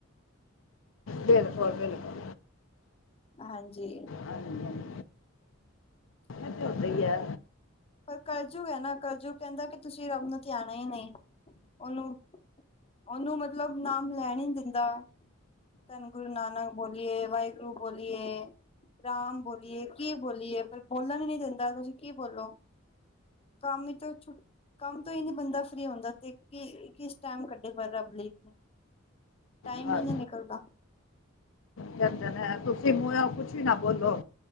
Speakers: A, on the left; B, on the left.
A: ਬਿਲਕੁਲ- ਬਿਲਕੁਲ
B: ਹਾਂਜੀ
A: ਹਾਂਜੀ-ਹਾਂਜੀ, ਇਹ ਤੇ ਹੁੰਦਾ ਹੀ ਆ
B: ਪਰ ਕਰਜੂ ਹੈ ਨਾ, ਕਰਜੂ ਕਹਿੰਦਾ ਕਿ ਤੁਸੀਂ ਰੱਬ ਨੂੰ ਧਿਆਉਣਾ ਹੀ ਨਹੀਂ ਉਹਨੂੰ ਉਹਨੂੰ ਮਤਲਬ ਨਾਮ ਲੈਣ ਹੀ ਦਿੰਦਾ ਧਨ ਗੁਰੂ ਨਾਨਕ ਬੋਲੀਏ, ਵਾਹਿਗੁਰੂ ਬੋਲੀਏ ਰਾਮ ਬੋਲੀਏ ਕੀ ਬੋਲੀਏ ਫਿਰ ਬੋਲਣ ਹੀ ਨੀ ਦਿੰਦਾ ਤੁਸੀਂ ਕੀ ਬੋਲੋ ਕੰਮ ਤਾਂ ਛੁਟ ਕੰਮ ਤੋਂ ਹੀ ਨਹੀ ਬੰਦਾ ਫਰੀ ਹੁੰਦਾ ਤੇ, ਕਿਸ ਟਾਈਮ ਕੱਢੇ ਫਿਰ ਰੱਬ ਲਈ ਟਾਈਮ
A: ਬਸ
B: ਹੀ ਨਹੀਂ ਨਿਕਲਦਾ
A: ਕਹਿੰਦੇ ਤੁਸੀਂ ਮੂੰਹੋ ਕੁਛ ਵੀ ਨਾ ਬੋਲੋ,